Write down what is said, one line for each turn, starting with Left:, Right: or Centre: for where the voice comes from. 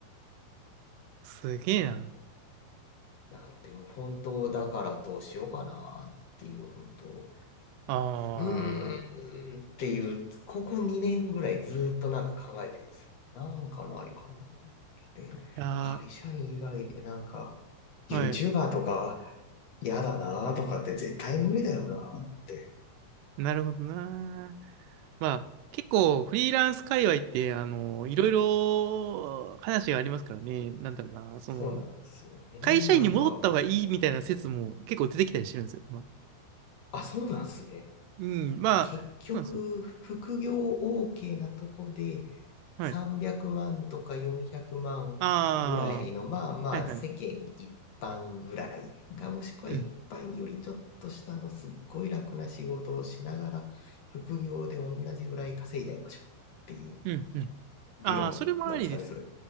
Right: すげえな。
Left: なので、もう本当だからどうしようかなっていう、本当、
Right: あ
Left: うーんっていう、
Right: あ。
Left: ここ2年ぐらいずっとなんか考えてるんですよね。なんかないかなって。
Right: いや
Left: 会社員以外でなんか、YouTuber
Right: ー、はい。
Left: とか嫌だなとかって絶対無理だよなって。
Right: なるほどな。まあ、結構フリーランス界隈って、あの、いろいろ話がありますからね。なんだろうな。その、
Left: そうなんですよね。
Right: 会社員に戻った方がいいみたいな説も結構出てきたりしてるんですよ。
Left: なんか、
Right: まあ、
Left: あ、そうなんですね。
Right: うん。まあ、
Left: あ、結局、
Right: そうなんですよ。
Left: 副業 OK なとこで
Right: はい。
Left: 300万とか400万ぐらいの、
Right: ああ。
Left: まあまあ世間一般ぐらいか、
Right: はいはい。
Left: もしくは一般よりちょっと下のすっごい楽な仕事をしながら、
Right: うん。
Left: 副業で同じぐらい稼いじゃいましょうっていう
Right: うん。うん。
Left: 理論なんですかね、
Right: ああ、それもありです。
Left: それ。